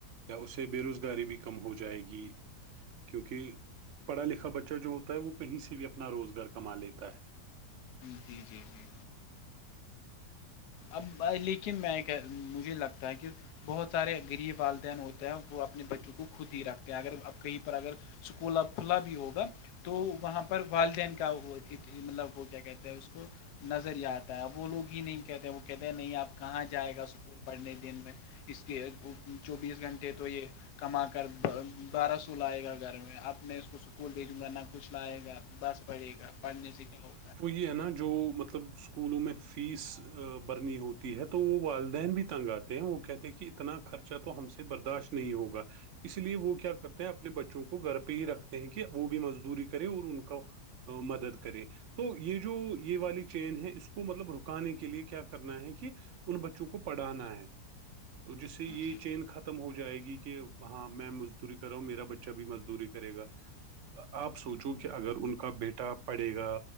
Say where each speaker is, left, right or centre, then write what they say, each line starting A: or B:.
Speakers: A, on the right; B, on the left.
A: یا اس سے بے روزگاری بھی کم ہو جائے گی کیونکہ پڑھا لکھا بچہ جو ہوتا ہے وہ کہیں سے بھی اپنا روزگار کما لیتا ہے
B: جی جی جی اب لیکن میں مجھے لگتا ہے کہ بہت سارے غریب والدین ہوتے ہیں وہ اپنے بچوں کو خود ہی رکھتے ہیں اگر اب کہیں پر اگر اسکول اب کھلا بھی ہوگا تو وہاں پر والدین کا مطلب وہ کیا کہتے ہیں اس کو نظریا آتا ہے وہ لوگ ہی نہیں کہتے وہ کہتے نہیں آپ کہاں جائے گا اسکول پڑھنے دن میں اس کے چوبیس گھنٹے تو یہ کما کر بارہ سو لائے گا گھر میں اب میں اس کو سکول بھیجوں گا نہ کچھ لائے گا بس پڑے گا پڑنے سے کیاگ
A: وہ یہ ہے نا جو مطلب اسکولوں میں فیس برنی ہوتی ہے تو وہ والدین بھی تنگ آتے ہیں وہ کہتے ہیں کہ اتنا خرچہ تو ہم سے برداشت نہیں ہوگا اس لیے وہ کیا کرتے ہیں اپنے بچوں کو گھر پہ ہی رکھتے ہیں کہ وہ بھی مزدوری کرے اور ان کا ا مدد کرے تو یہ جو یہ والی چین ہے اس کو مطلب رکانے کے لیے کیا کرنا ہے کہ ان بچوں کو پڑھانا ہے تو جس سے یہ
B: جی
A: چین ختم ہو جائے گی کہ ہاں میں مزدوری کرا ہ میرا بچ ب مزدوری کرے گا آپ سوچو کہ اگر ان کا بیٹا پڑھے گا